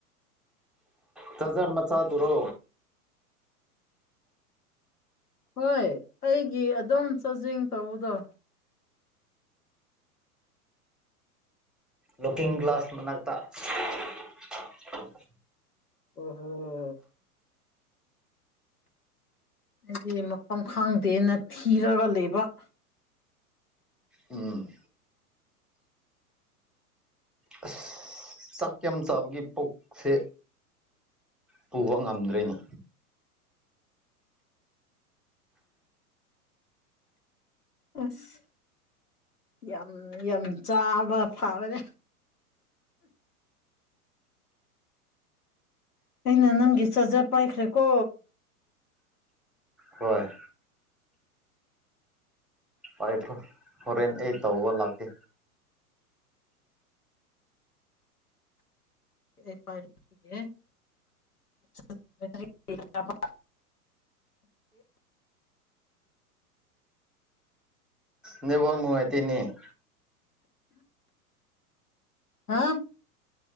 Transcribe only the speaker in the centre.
ꯆꯥꯔꯖꯔ ꯃꯆꯥꯥꯗꯨꯔꯣ꯫
ꯂꯨꯀꯤꯡ ꯒꯂꯥ꯭ꯁꯇ ꯃꯅꯥꯛꯇ꯫ <unintelligible>
ꯎꯝ꯫ ꯑꯁ ꯆꯥꯛ ꯌꯥꯝ ꯆꯥꯕꯒꯤ ꯄꯨꯛꯁꯦ ꯄꯨꯕ ꯉꯝꯗꯔ꯭ꯦꯅꯦ꯫
ꯍꯣꯏ꯫ ꯄꯥꯏꯈꯔꯣ ꯍꯣꯔꯦꯟ ꯑꯩ ꯇꯧꯕ ꯂꯥꯛꯀꯦ
ꯅꯦꯠꯋꯥꯛ ꯅꯨꯉꯥꯏꯇꯦꯅꯦ <inaudible>